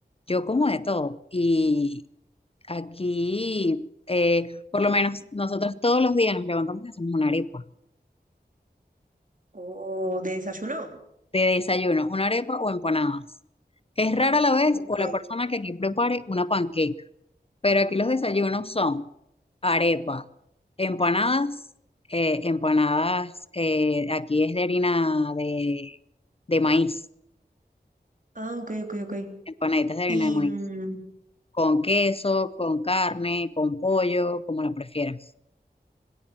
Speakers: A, on the left (about 35°); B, on the right (about 50°).
A: yo como de todo y aquí, eh, por lo menos nosotros todos los días nos levantamos y hacemos una arepa
B: O de desayuno.
A: de desayuno, una arepa o empanadas. Es rara la vez
B: Ok.
A: o la persona que aquí prepare una panqueca. Pero aquí los desayunos son arepa, empanadas, eh, empanadas, eh, aquí es de harina de, de maíz,
B: Ah, ok, ok, ok.
A: empanaditas de harina
B: Y,
A: de maíz,
B: mm,
A: con queso, con carne, con pollo, como la prefieras.